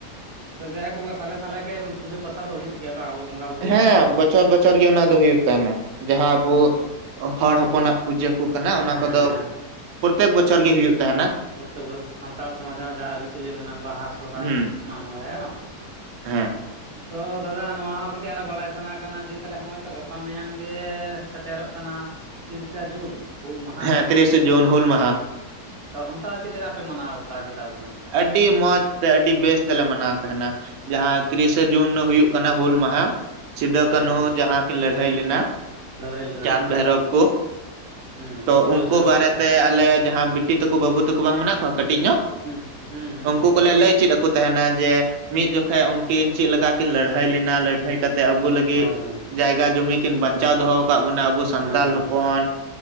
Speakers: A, on the right (about 50°); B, on the right (about 70°).
A: ᱛᱚ ᱡᱟᱭᱡᱩᱜᱽ ᱠᱚ ᱥᱟᱞᱮ ᱥᱟᱞᱮ ᱜᱮ ᱯᱩᱡᱟᱹ ᱯᱟᱥᱟ ᱫᱚ ᱦᱩᱭᱩᱜ ᱜᱮᱭᱟ ᱵᱟᱝ ᱟᱵᱚ ᱵᱚᱸᱜᱟ ᱵᱩᱨᱩ
B: ᱦᱮᱸ
A: ᱫᱚ
B: ᱵᱚᱪᱷᱚᱨ ᱵᱚᱪᱷᱚᱨ ᱜᱮ ᱚᱱᱟ ᱫᱚ ᱦᱩᱭᱩᱜ ᱛᱟᱦᱮᱱᱟ ᱡᱟᱦᱟᱸ ᱟᱵᱚ
A: ᱚ
B: ᱦᱚᱲ ᱦᱚᱯᱚᱱᱟᱜ ᱯᱩᱡᱟᱹ ᱠᱚ ᱠᱟᱱᱟ
A: ᱦᱮᱸ
B: ᱚᱱᱟ
A: ᱦᱮᱸ
B: ᱠᱚᱫᱚ
A: ᱦᱮᱸ
B: ᱯᱚᱨᱛᱮᱠ ᱵᱚᱪᱷᱚᱨ ᱜᱮ ᱦᱩᱭᱩᱜ ᱛᱟᱦᱮᱱᱟ
A: ᱛᱚᱵᱮ ᱥᱟᱱᱛᱟᱲ ᱥᱚᱢᱟᱡᱽ ᱨᱮᱱᱟᱜ ᱟᱹᱨᱤᱪᱟᱹᱞᱤ ᱢᱮᱱᱟᱜᱼᱟ ᱵᱟᱦᱟ ᱥᱚᱨᱦᱟᱭ
B: ᱦᱩᱸ
A: ᱢᱟᱜ ᱢᱚᱬᱮ ᱦᱮᱸ ᱵᱟᱝ
B: ᱦᱮᱸ
A: ᱛᱚ ᱫᱟᱫᱟ ᱱᱚᱣᱟ ᱦᱚᱸ ᱠᱟᱹᱴᱤᱡ ᱟᱨᱚ ᱵᱟᱲᱟᱭ ᱥᱟᱱᱟ ᱠᱟᱱᱟ ᱡᱮ ᱱᱚᱜᱼᱚᱭ ᱛᱚ ᱜᱟᱯᱟ ᱢᱮᱭᱟᱝ ᱜᱮ ᱥᱮᱴᱮᱨᱚᱜ ᱠᱟᱱᱟ ᱛᱤᱨᱤᱥᱟ ᱡᱩᱱ ᱦᱩᱞ ᱢᱟᱦᱟ
B: ᱦᱮᱸ ᱛᱤᱨᱤᱥᱮ ᱡᱩᱱ ᱦᱩᱞ ᱢᱟᱦᱟ
A: ᱛᱚ ᱚᱱᱠᱟ ᱪᱮᱫ ᱞᱮᱠᱟ ᱯᱮ ᱢᱟᱱᱟᱣ ᱵᱟᱛᱟᱣ ᱠᱮᱫᱟ ᱵᱚᱱᱟ
B: ᱟᱹᱰᱤ ᱢᱚᱸᱡᱽ ᱛᱮ ᱟᱹᱰᱤ ᱵᱮᱥ ᱛᱮᱞᱮ ᱢᱟᱱᱟᱣ ᱛᱟᱦᱮᱱᱟ᱾ ᱡᱟᱦᱟᱸ ᱛᱤᱨᱤᱥᱮ ᱡᱩᱱ ᱦᱳᱭᱚᱜ ᱠᱟᱱᱟ ᱦᱩᱞ ᱢᱟᱦᱟ ᱥᱤᱫᱩ
A: ᱦᱮᱸ
B: ᱠᱟᱹᱱᱦᱩ
A: ᱦᱮᱸ
B: ᱡᱟᱦᱟᱸ ᱠᱤᱱ ᱞᱟᱹᱲᱦᱟᱹᱭ ᱞᱮᱱᱟ,
A: ᱞᱟᱹᱲᱦᱟᱹᱭ ᱞᱮᱱᱟ
B: ᱪᱟᱸᱫ
A: ᱦᱮᱸ
B: ᱵᱷᱟᱭᱨᱚᱵ
A: ᱦᱮᱸ
B: ᱠᱚ
A: ᱦᱩᱸ
B: ᱛᱚ
A: ᱯᱷᱩᱞᱳ
B: ᱩᱱᱠᱩ
A: ᱡᱷᱟᱱᱚ
B: ᱵᱟᱨᱮᱛᱮ
A: ᱠᱚ ᱛᱟᱦᱮᱸ ᱠᱟᱱᱟ
B: ᱟᱞᱮ ᱡᱟᱦᱟᱸ ᱵᱤᱴᱤ ᱛᱟᱠᱩ ᱵᱟᱹᱵᱩ ᱛᱟᱠᱚ ᱵᱟᱝ ᱢᱮᱱᱟᱜ ᱠᱚᱣᱟ ᱠᱟᱹᱴᱤᱡ ᱧᱚᱜ
A: ᱦᱩᱸ ᱦᱩᱸ ᱦᱩᱸ
B: ᱩᱱᱠᱩ
A: ᱦᱩᱸ
B: ᱠᱚᱞᱮ ᱞᱟᱹᱭ ᱪᱮᱫ ᱠᱚ ᱛᱟᱦᱮᱱᱟ ᱡᱮ ᱢᱤᱫ ᱡᱚᱠᱷᱮᱡ ᱩᱱᱠᱤᱱ ᱪᱮᱫ ᱞᱮᱠᱟ ᱠᱤᱱ ᱞᱟᱹᱲᱦᱟᱹᱭ ᱞᱮᱱᱟ ᱞᱟᱹᱲᱦᱟᱹᱭ ᱠᱟᱛᱮᱫ ᱛᱮ ᱟᱵᱚ ᱞᱟᱹᱜᱤᱫ
A: ᱦᱳᱭ ᱦᱳᱭ
B: ᱡᱟᱭᱜᱟ ᱡᱩᱢᱤ ᱠᱤᱱ ᱵᱟᱧᱪᱟᱣ ᱫᱚᱦᱚ ᱠᱟᱜ ᱵᱚᱱᱟ ᱟᱵᱚ ᱥᱟᱱᱛᱟᱞ
A: ᱦᱮᱸ ᱦᱮᱸ
B: ᱦᱚᱯᱚᱱ